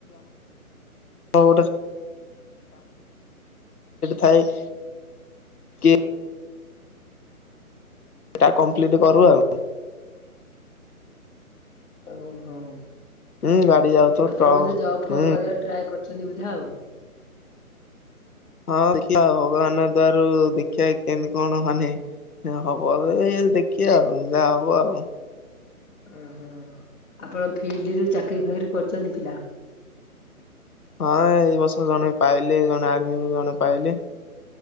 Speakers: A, on the left; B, on the left.
A: ଆମ ଥାଏ <unintelligible> କି ସେଟା କମ୍ପ୍ଲିଟ କରୁ ଆଉ।
B: ଓ ହୋ ହୋ।
A: ହୁଁ ଗାଡି ଯାଉଥିବ
B: ଆପଣ
A: ଟ୍ରକ
B: ବୋତେ
A: ହୁଁ
B: ଜବ୍ ଫବ୍
A: ହଁ
B: କରିବାକୁ ଟ୍ରାଏ କରିୁଛନ୍ତି, ବୁଝା ଆଉ
A: ହଁ ଦେଖିବା ଭଗବାନ ଦଵ ର ଦେଖିବା କେମିତି କଣ ମାନେ ହବ ଏ ଦେଖି ଆଉ ଯାହା ହବ ଆଉ।
B: ଓହୋ ଆପଣ ଫିଲ୍ଡ ରୁ ଚାକିରି ଫାକିରି କରୁଛନ୍ତି ପିଲା?
A: ହଁ ଏଇ ବର୍ଷ ଜଣେ ପାଇଲେ ଜଣେ ଆର୍ମି ଜଣେ ପାଇଲେ